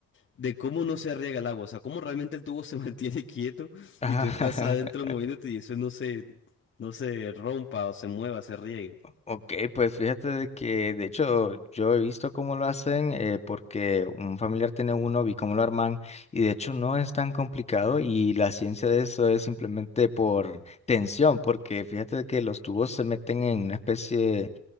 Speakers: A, on the left; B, on the left.
A: de cómo no se riega el agua, o sea, cómo realmente el tubo se <laughs> mantiene quieto
B: Ajá,
A: y tú estás
B: ajá.
A: adentro
B: <laughs>
A: moviéndote y eso no se, no se rompa o se mueva, se riegue.
B: Ok, pues fíjate de que de hecho yo he visto cómo lo hacen eh, porque un familiar tiene uno, vi cómo lo arman y de hecho no es tan complicado y la ciencia de eso es simplemente por tensión, porque fíjate de que los tubos se meten en una especie